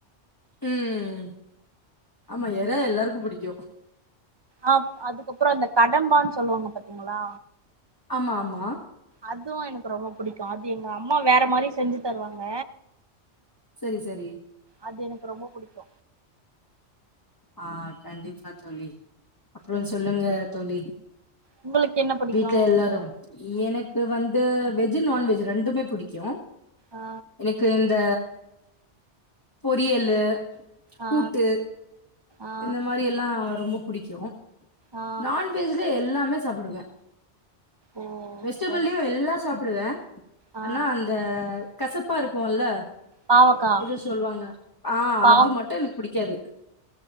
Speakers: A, on the left; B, on the right.
A: ம் ஆமா
B: ம்
A: எற எல்லாருக்கு புடிக்கு
B: அ அதுக்கப்றோ அந்த கடம்பான் சொல்லுவாங்க பாத்தீங்களா
A: ஆமா ஆமா
B: அதுவு எனக்கு ரொம்போ புடிக்கு அது எங்க அம்மா வேற மாரி செஞ்சி தருவாங்க
A: செரி செரி
B: அது எனக்கு ரொம்போ புடிக்கு
A: ஆ கண்டிப்பா தோழி அப்றோ
B: ம்
A: சொல்லுங்க தோழி
B: உங்களுக்கு என்ன புடிக்கு
A: வீட்ல எல்லாரும் எனக்கு வந்து வெஜ் நான்வெஜ் ரெண்டுமே புடிக்கு
B: ஆ
A: எனக்கு இந்த பொரியல்லு
B: ஆ
A: கூட்டு
B: ஆ
A: இந்த மாரி எல்லா ரொம்போ புடிக்கு
B: ஆ
A: நான்வெஜ்ல எல்லாமே சாப்பிடுவே
B: ஓ
A: வெஜிடபிள்லையு
B: சரி
A: எல்லா சாப்படுவே
B: ஆ
A: ஆனா அந்த கசப்பா இருக்குல்ல
B: பாவக்கா
A: எதோ சொல்லுவாங்க ஆ
B: பாவ்
A: அது மட்டு எனக்கு புடிக்காது